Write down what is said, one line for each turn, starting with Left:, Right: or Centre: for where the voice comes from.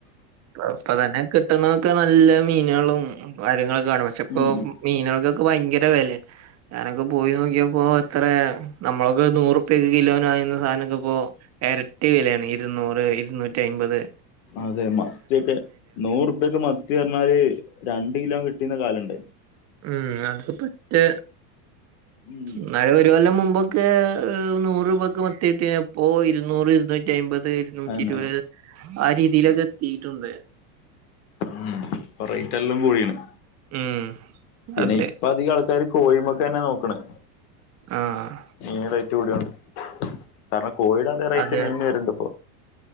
Right: ഇപ്പൊ തന്നെ കിട്ടുന്നതൊക്കെ നല്ല മീനുകളും കാര്യങ്ങളൊക്കെ കാണും പക്ഷെ ഇപ്പൊ
Left: ഉം ഉം
Right: മീനുകൾക്ക് ഭയങ്കര വിലയാണ് ഞാനൊക്കെ പോയി നോക്കിയപ്പോ എത്രയാ നമ്മളൊക്കെ നൂറുപ്പിക്കൊക്കെ കിലോന് വാങ്ങിന്ന സാധനൊക്കെ ഇപ്പോ എരട്ടി വിലയാണ് ഇരുന്നൂറ് ഇരുന്നൂറ്റി അയിമ്പത്
Left: അതെ മത്തിയൊക്കെ നൂറുപക്ക് മത്തി പറഞ്ഞാല് രണ്ട് കിലോ കിട്ടീന്ന കാലോണ്ട്
Right: ഉം അത് പറ്റ്
Left: ഉം
Right: ന്നാലും ഒരു കൊല്ലം മുമ്പ് ക്കെ നൂറുരൂപക്ക് മത്തി കിട്ടി അപ്പോ ഇരുന്നൂറ് ഇരുന്നൂറ്റി അയിമ്പത് ഇരുന്നൂറ്റി
Left: അതന്നെ
Right: ഇരുപത് ആഹ് രീതിയിലൊക്കെ എത്തിട്ടുണ്ട്
Left: ഉം ഇപ്പൊ റെയിറ്റെല്ലാം കൂടിണ്
Right: ഉം
Left: പിന്നെ
Right: അതെ
Left: ഇപ്പൊ അധിക്കാൾക്കാരും കോഴിമക്കെന്നെ നോക്ക്ണെ.
Right: ആഹ്
Left: മീൻ റെയ്റ്റൂടാണ് കാരണം കോഴിടെ അതേ റെയ്റ്റ്
Right: അതെ
Left: മീൻ ന് വെര്ണ്ട് പ്പോ